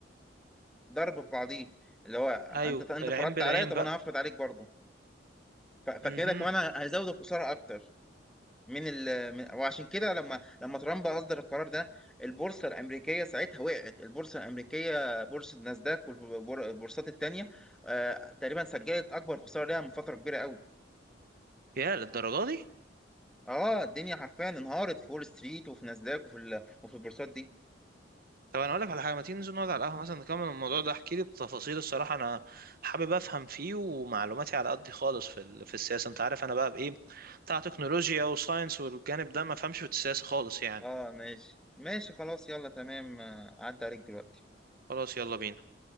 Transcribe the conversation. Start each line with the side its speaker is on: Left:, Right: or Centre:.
Centre: ضرب في بعضيه اللي هو
Right: ايوه
Centre: انت انت
Right: العين
Centre: فرضت
Right: بالعين
Centre: عليا طب
Right: بقى
Centre: انا هفرض عليك برضه ف- فكده
Right: امم
Centre: كمان هيزود الخسارة اكتر من ال من وعشان كده لما لما ترامب اصدر القرار ده البورصه الامريكيه ساعتها وقعت البورصه الامريكيه بورصه ناسداك والبورصات التانيه آه تقريبا سجلت اكبر خساره ليها من فتره كبيره قوي
Right: يا للدرجة دي
Centre: اه الدنيا حرفيا انهارت في وول ستريت وفي ناسداك وفي ال... وفي البورصات دي
Right: طب انا اقول لك على حاجة ما تيجي ننزل نقعد على القهوة مثلا نكمل الموضوع ده احكي لي بتفاصيل الصراحة انا حابب افهم فيه ومعلوماتي على قدي خالص في ال- في السياسة انت عارف انا بقى بايه بتاع تكنولوجيا وساينس والجانب ده ما فهمش في السياسة خالص يعني
Centre: اه ماشي ماشي خلاص يلا تمام آه، عدى عليك دلوقتي
Right: خلاص يلا بينا